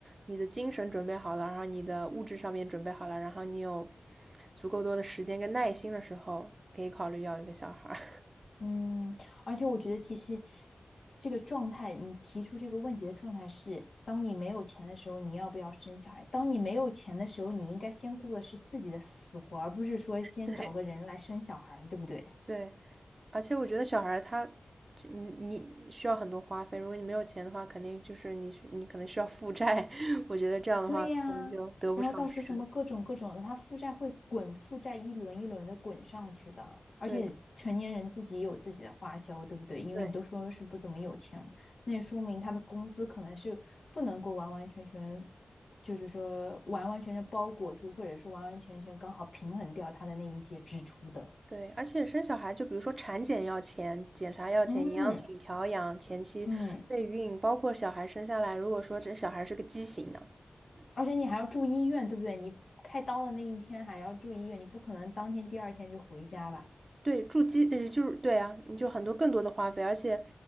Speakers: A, on the right; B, on the left.
A: 你的精神准备好了，然后你的物质上面准备好了，然后你有足够多的时间跟耐心的时候，可以考虑要一个小孩 <laughs>
B: 嗯，而且我觉得其实这个状态，你提出这个问题的状态是：当你没有钱的时候，你要不要生小孩？当你没有钱的时候，你应该先顾的是自己的死活，而不是说先找个人来生小孩，
A: 对，
B: 对不对？
A: 对，而且我觉得小孩儿他，就你你需要很多花费，如果你没有钱的话，肯定就是你需你可能需要负债，<laughs> 我觉得这样的话可能就得不偿失。
B: 对呀，然后到时候什么各种各种的，他负债会滚，负债一轮一轮的滚上去的。而且成年人自己也有自己的花销，
A: 对
B: 对不对？因为你都说是不怎么有钱了那也说明他的工资可能是不能够完完全全，
A: 对
B: 就是说完完全全包裹住，或者说完完全全刚好平衡掉他的那一些支出的。
A: 对，而且生小孩就比如说产检要钱，检查要钱，
B: 嗯
A: 营养品调养、前期备孕，
B: 嗯，
A: 包括小孩生下来，如果说这小孩是个畸形呢，
B: 而且你还要住医院，对不对？你开刀的那一天还要住医院，你不可能当天第二天就回家吧？
A: 对，住基呃，就是对啊，你就很多更多的花费，而且